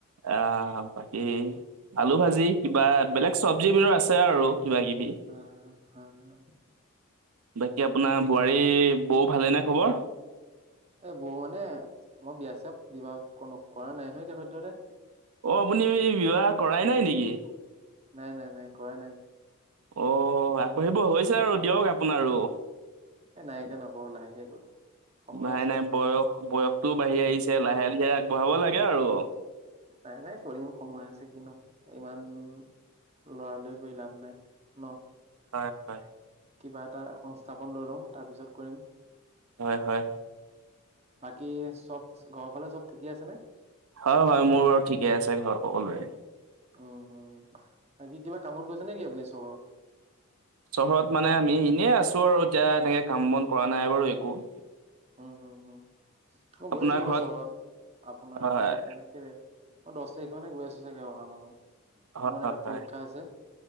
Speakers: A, on the right; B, on the right.
A: আহ বাকী আলু ভাজি কিবা বেলেগ চব্জি বিধৰ আছে আৰু কিবা-কিবি।
B: অ হ, হ হ।
A: বাকী আপোনাৰ বোৱাৰী বৌ ভালে নে খবৰ?
B: এই বৌ মানে মই বিয়া-চিয়া বিবাহ কোনো কৰা নাই নহয় এতিয়া সদ্যহতে।
A: অ আপুনি বিবাহ কৰাই নাই নেকি?
B: নাই নাই নাই কৰা নাই।
A: অ আগবাঢ়িব হৈছে আৰু দিয়ক আপোনাৰো।
B: এ নাই এতিয়া নকৰো লাহেকে কৰিম। সময়
A: নাই
B: আছে।
A: নাই বয়স বয়সটোও বাঢ়ি আহিছে লাহে ধিৰে আগবঢ়াব লাগে আৰু।
B: নাই-নাই কৰিম সময় আছে কিনো। ইমান লৰা-লৰি কৰি লাভ নাই। ন?
A: হয় হয়
B: কিবা এটা সংস্থাপন লৈ লওঁ তাৰপিছত কৰিম।
A: হয় হয়।
B: বাকী চব ঘৰৰ ফালে চব ঠিকে আছে নে?
A: হয় হয় মোৰ বাৰু ঠিকে আছে ঘৰ সকলোৰে।
B: উম হম, বাকি কিবা কামত গৈছে নেকি আপুনি চহৰত?
A: চহৰত মানে আমি এনেই আছো আৰু এতিয়া এনেকে কাম বন কৰা নাই বাৰু একো।
B: উম হুম হুম, মই
A: আপোনাৰ
B: গৈ আছো বাৰু
A: ঘৰত
B: চহৰত আপোনাৰ
A: হয়
B: কেই তাৰিখ মানে কেই তাৰিখ, মই দছ তাৰিখে মানে গৈ আছো চাগে অহা মাহৰ। মোৰ
A: হয়
B: মানে
A: হয়
B: এটা
A: হয়
B: পৰীক্ষা আছে।